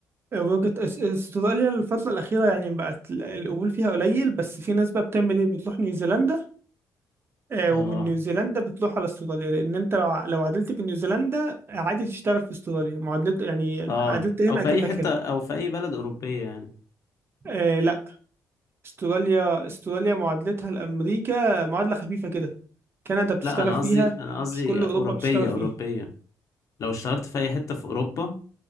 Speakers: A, on the right (about 35°); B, on the left (about 55°).
A: وجهة أس- استراليا الفترة الأخيرة يعني بقت ال- القبول فيها قليل بس في ناس بقى بتعمل إيه بتروح نيوزيلندا آه،
B: اه
A: ومن نيوزيلندا بتروح على استراليا لأن أنت لو ع- لو عدلت في نيوزيلندا عادي تشتغل في استراليا معادلة يعني
B: اه
A: عدلت هنا
B: أو في
A: أكنك
B: أي حتة
A: هنا
B: أو في أي بلد أوروبية يعني
A: آه لا استراليا استراليا معادلتها لأمريكا معادلة خفيفة كده كندا بتشتغل
B: لا انا
A: فيها
B: قصدي انا قصدي
A: مش كل
B: اوروبيه
A: أوروبا بتشتغل فيها
B: اوروبيه لو اشتغلت في اي حته في اوروبا